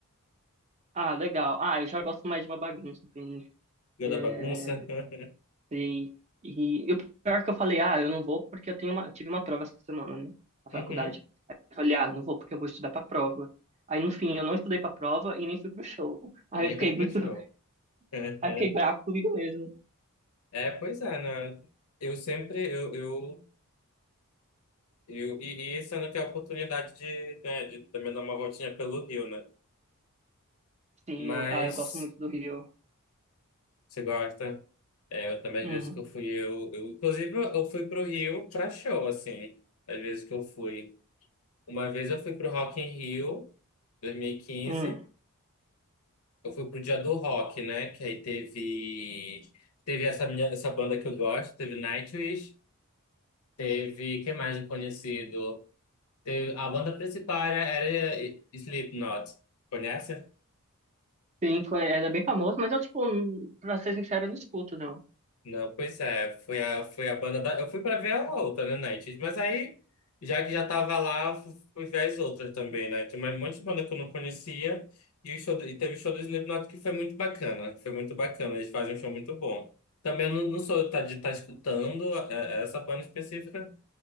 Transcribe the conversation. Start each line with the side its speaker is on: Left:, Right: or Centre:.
Right: Ah, legal. Ah, eu já gosto mais de uma bagunça, assim.
Left: Viu
Right: É,
Left: da bagunça? <laughs>
Right: sim. E, e o pior que eu falei, ah, eu não vou porque eu tenho uma, eu tive uma prova essa semana, né? Na faculdade.
Left: Uhum.
Right: Aí eu falei, ah, não vou porque eu vou estudar pra prova. Aí, no fim, eu não estudei pra prova e nem fui pro show. Aí
Left: E nem
Right: eu fiquei
Left: foi
Right: muito,
Left: pro show.
Right: <laughs>
Left: <laughs>
Right: aí eu fiquei bravo comigo mesmo.
Left: É, pois é, né? Eu sempre... Eu, eu, eu, e, e esse ano eu tenho a oportunidade de, né, de também dar uma voltinha pelo Rio, né?
Right: Sim,
Left: Mas...
Right: eu, ah, eu gosto muito do Rio.
Left: Você gosta? É, eu também,
Right: Uhum.
Left: às vezes que eu fui, eu, eu inclusive, eu eu fui pro Rio pra show, assim, às vezes que eu fui. Uma vez eu fui pro Rock in Rio, 2015,
Right: Hum.
Left: eu fui pro Dia do Rock, né, que aí teve, teve essa, minha, essa banda que eu gosto, teve Nightwish, teve, quem mais de conhecido? Teve, a banda principal era, era Slipknot, conhece?
Right: Pink era bem famoso, mas eu, tipo, n- pra ser sincero, eu não escuto, não.
Left: Não, pois é, foi a, foi a banda da. Eu fui pra ver a outra, né, Night? Mas aí, já que já tava lá, fu- fui ver as outras também, né? Tem mais um monte de banda que eu não conhecia e, o show, do- e teve o show do Slipknot que foi muito bacana. Foi muito bacana, eles fazem um show muito bom. Também eu não, não sou tá, de estar escutando a- a- essa banda específica,